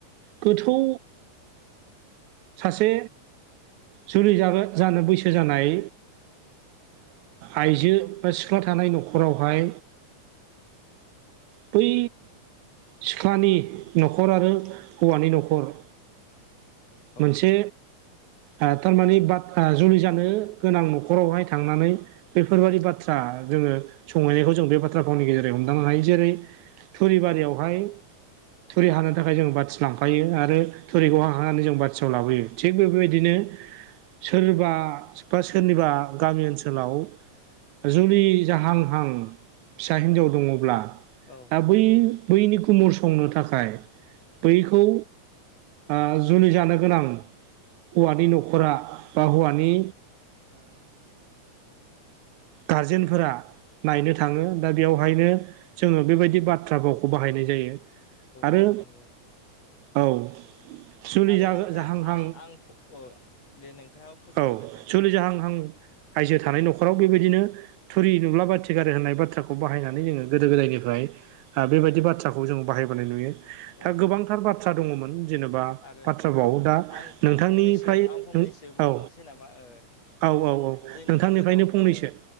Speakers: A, on the right; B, on the left.
A: गोथौ सासे जुलि जागोन जानो बैसो जानाय आइजो बा सिख्ला थानाय न'खरावहाय बै सिख्लानि न'खर आरो हौवानि न'खर
B: औ
A: मोनसे ओ थारमानि बाद जुलि जानो गोनां न'खरावहाय थांनानै बेफोरबायादि बाथ्रा जोङो संहैनायखौ जों बे बाथ्रा भावनि गेजेराव हमदांनो हायो। जेरै थुरिबारियावहाय थुरि हानो थाखाय जों बाथि लांफायो आरो थुरिखौ हाखांनानै जों बाथियाव लाबोयो। थिग बेफोरबायदिनो सोरबा बा सोरनिबा गामि ओनसोलाव जुलि जाहांहां फिसा हिनजाव दङब्ला
B: औ औ
A: दा बै बैनि गुमुर संनो थाखाय बैखौ ओ जुलि जानो गोनां हौवानि न'खरा बा हौवानि गारजेनफोरा नायनो थाङो दा बेयावहायनो जोङो बेबायदि बाथ्रा भावखौ बाहायनाय जायो। आरो
B: औ नंगौ
A: औ जुलि
B: आरो नोंथां
A: जाहांहां
B: आं आं अ दे नोंथाङा फोजोबग्रोदो
A: औ
B: दे
A: जुलि जाहांहां आायजो थानाय न'खराव बेबायदिनो थुरि नुब्ला बाथि गारो होननाय बाथ्राखौ बाहायनानै जोङो गोदो गोदायनिफ्राय ओ बेबायदि बाथ्राखौ जों बाहायबोनाय नुयो दा
B: औ
A: गोबांथार बाथ्रा दङमोन। जेनेबा
B: आरो
A: बाथ्रा भाव दा
B: आं
A: नोंथांनिफ्राय
B: आं फंनैसो आं फंनैसो बुंबावनोसै
A: औ
B: नामा ओ
A: औ औ
B: जों
A: औ
B: जोंनि
A: नोंथांनिफ्रायनो
B: गेजेराव
A: फंनैसो
B: ओ